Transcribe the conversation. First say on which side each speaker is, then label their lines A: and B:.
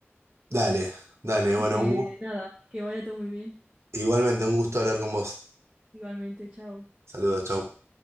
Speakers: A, on the right (about 70°); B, on the right (about 20°).
A: Dale, dale,
B: Así
A: bueno,
B: que
A: un gusto.
B: nada, que vaya todo muy bien.
A: Igualmente, un gusto hablar con vos.
B: Igualmente, chao.
A: Saludos, chau.